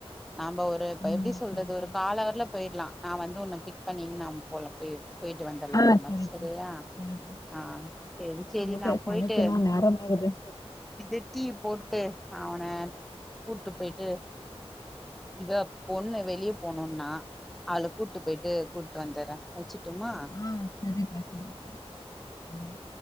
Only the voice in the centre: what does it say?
நாம்ப ஒரு இப்ப
எப்டி சொல்றது
ஒரு கால் அவர்ல போயிடலா நா வந்து உன்ன பிக் பண்ணின்னு நாம் போலா போய் போயிட்டு வந்துருலா
நம்ம
செரியா
ஆ சேரி சேரி
நா
போய்ட்டு
இது டீ போட்டு அவனை கூட்டு போயிட்டு இதோ பொண்ணு வெளிய போனுன்னா அவள கூட்டு போயிட்டு கூட்டு வந்துறே வச்சுட்டுமா